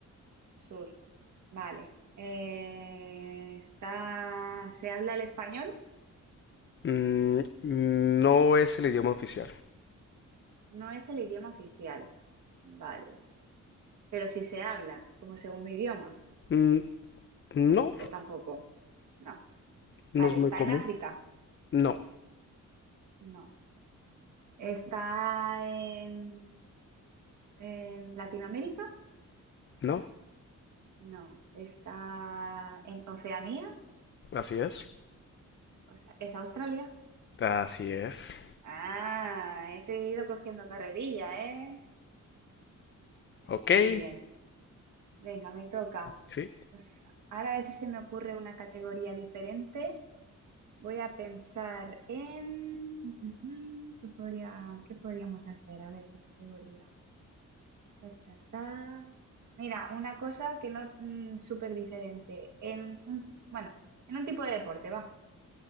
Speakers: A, on the right (about 65°); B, on the left (about 40°).
A: Sur. Vale. Eh, está... ¿Se habla el español?
B: Mm, no es el idioma oficial.
A: No es el idioma oficial. Vale. Pero si se habla como segundo idioma,
B: Mm, no,
A: o tampoco. No.
B: no
A: Vale,
B: es muy
A: ¿está
B: común.
A: en África?
B: No,
A: No. ¿Está en En Latinoamérica,
B: no,
A: no. Está en Oceanía,
B: así es.
A: o sea, es Australia.
B: Así es.
A: Ah, he ido cogiendo carrerilla, ¿eh?
B: Ok,
A: Muy
B: eh,
A: bien. Venga, me toca.
B: sí,
A: Pues ahora a ver si se me ocurre una categoría diferente. Voy a pensar en... ¿Qué podría, qué podríamos hacer? A ver, ¿qué categoría? Ta, ta, ta. Mira, una cosa que no... mm, súper diferente. En un, bueno, en un tipo de deporte, va.